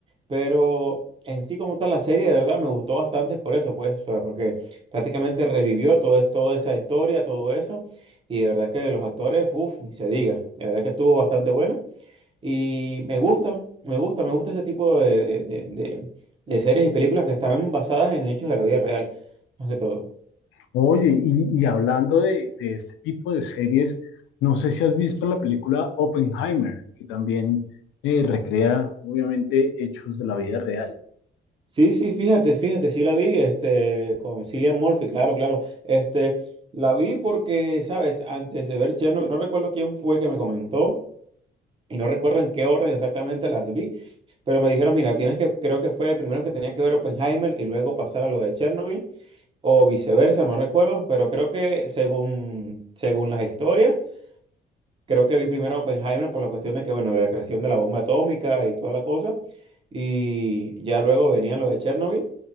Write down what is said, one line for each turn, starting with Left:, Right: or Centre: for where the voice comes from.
Right: Pero en sí, como tal, la serie de verdad me gustó bastante por eso, pues, o sea, porque prácticamente revivió todo es, toda esa historia, todo eso, y de verdad que los actores, uff, ni se diga, de verdad que estuvo bastante buena. Y me gusta, me gusta, me gusta ese tipo de, de- de- de- de series y películas que están basadas en hechos de la vida real, más que todo.
Left: Oye, y, y hablando de, de este tipo de series, no sé si has visto la película Oppenheimer, que también eh, recrea, obviamente, hechos de la vida real.
Right: Sí, sí, fíjate, fíjate, sí la vi, este, con Cillian Murphy, claro, claro. Este, la vi porque, sabes, antes de ver Chernobyl, no recuerdo quién fue que me comentó, y no recuerdo en qué orden exactamente las vi, pero me dijeron, mira, tienes que, creo que fue primero que tenía que ver Oppenheimer y luego pasar a lo de Chernobyl, o viceversa, no recuerdo, pero creo que según, según las historias. Creo que vi primero a Oppenheimer por la cuestión de que, bueno, de la creación de la bomba atómica y toda la cosa. Y ya luego venían los de Chernobyl,